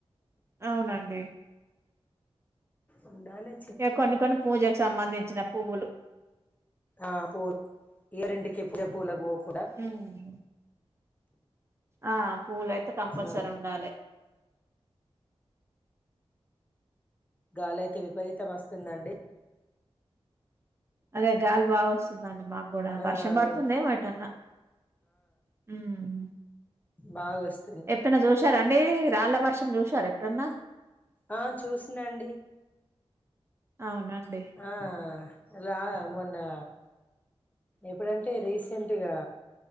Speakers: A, on the right; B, on the left.
A: అవునండి.
B: ఉండాలే.
A: ఇగ కొన్ని కొన్ని పూజకు సంమంధించిన పువ్వులు.
B: ఆ పోర్ ఎవరింటికి పూజకు పూలాకుపో.
A: హ్మ్. ఆ పూలయితే కంపల్సరీ
B: ఆ
A: ఉండాలే.
B: గాలయితే విపరీతం అస్తుందండి.
A: అదే గాలి బాగ ఓస్తుందండి మాగ్. గూడా
B: ఆ
A: వర్షం పడుతుందేమో
B: అవును
A: ఏటన్నా ఉమ్.
B: బాగాస్.
A: ఎపుడన్న జూశారాండి రాళ్ల వర్షం జూశార ఎపుడన్నా.
B: ఆ చూసినండి.
A: అవునండి.
B: ఆ ఇలా మొన్నా. ఎప్పుడంటే రీసెంట్గా.